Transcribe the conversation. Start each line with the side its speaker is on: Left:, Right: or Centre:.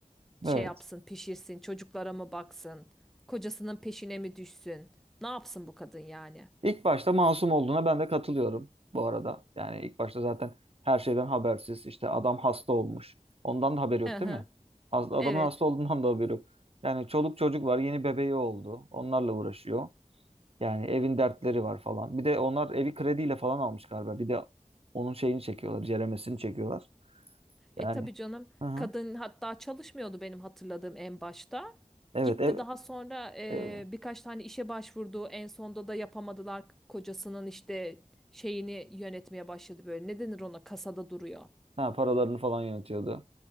Centre: şey
Right: Evet.
Centre: yapsın, pişirsin, çocuklara mı baksın? Kocasının peşine mi düşsün? Ne yapsın bu kadın yani?
Right: İlk başta masum olduğuna ben de katılıyorum bu arada. Yani ilk başta zaten her şeyden habersiz. İşte adam hasta olmuş. Ondan da haberi yok
Centre: Hı hı.
Right: değil mi? Has- Adamın
Centre: Evet.
Right: hasta olduğundan da haberi yok. Yani çoluk çocuk var. Yeni bebeği oldu. Onlarla uğraşıyor. Yani evin dertleri var falan. Bir de onlar evi krediyle falan almış galiba. Bir de onun şeyini çekiyorlar. Ceremesini çekiyorlar. Yani.
Centre: E tabii canım
Right: Aha.
Centre: kadın hatta çalışmıyordu benim hatırladığım en başta.
Right: Evet,
Centre: Gitti
Right: ev,
Centre: daha sonra e,
Right: ev.
Centre: birkaç tane işe başvurdu. En sonda da yapamadılar kocasının işte şeyini yönetmeye başladı böyle. Ne denir ona kasada duruyor.
Right: Ha, paralarını falan yönetiyordu.